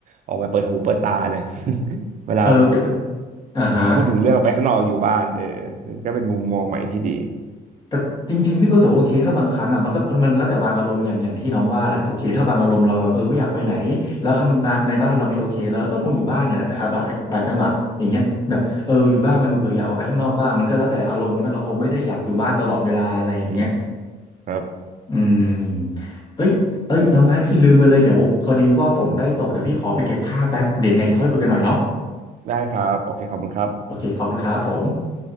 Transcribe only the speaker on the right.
ออกไปเปิดหูเปิดตาเลย <laughs> เวลา
พูดถึงเรื่องไปข้างนอกอยู่บ้านเออก็เป็นมุมมองใหม่ที่ดี
อืมครับ
ได้ครับโอเคขอบคุณครับ